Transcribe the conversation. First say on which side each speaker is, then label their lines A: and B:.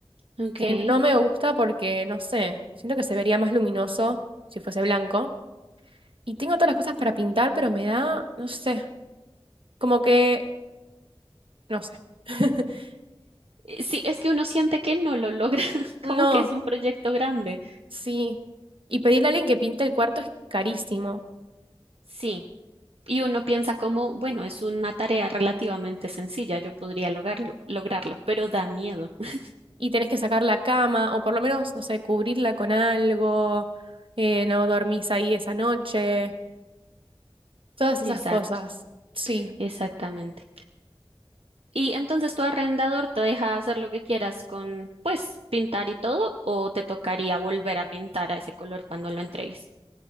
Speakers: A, on the right; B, on the right.
A: Ok.
B: que
A: Eh,
B: no me gusta porque, no sé, siento que se vería más luminoso si fuese blanco. Y tengo todas las cosas para pintar, pero me da, no sé, como que, no sé. <laughs>
A: Sí, es que uno siente que no lo logra, <laughs>
B: No,
A: como que es un proyecto grande.
B: sí. Y pedirle a alguien que pinte el cuarto es carísimo.
A: Sí. Y uno piensa como, bueno, es una tarea relativamente sencilla, yo podría lograrlo, lograrlo, pero da miedo. <laughs>
B: Y tenés que sacar la cama, o por lo menos, no sé, cubrirla con algo, eh, no dormís ahí esa noche, todas esas
A: Exacto,
B: cosas. Sí.
A: exactamente. Y entonces tu arrendador te deja hacer lo que quieras con, pues, pintar y todo, o te tocaría volver a pintar a ese color cuando lo entregues.